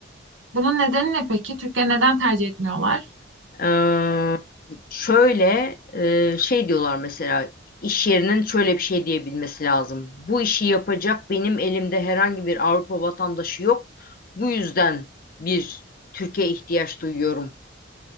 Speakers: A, on the right (about 80°); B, on the left (about 45°).
A: Bunun nedeni ne peki? Türkleri neden tercih etmiyorlar?
B: Ee, şöyle e, şey diyorlar mesela iş yerinin şöyle bir şey diyebilmesi lazım. Bu işi yapacak benim elimde herhangi bir Avrupa vatandaşı yok. Bu yüzden bir Türkiye ihtiyaç duyuyorum